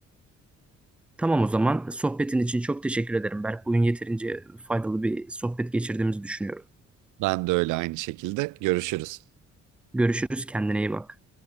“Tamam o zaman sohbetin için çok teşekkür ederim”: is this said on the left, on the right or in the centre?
Centre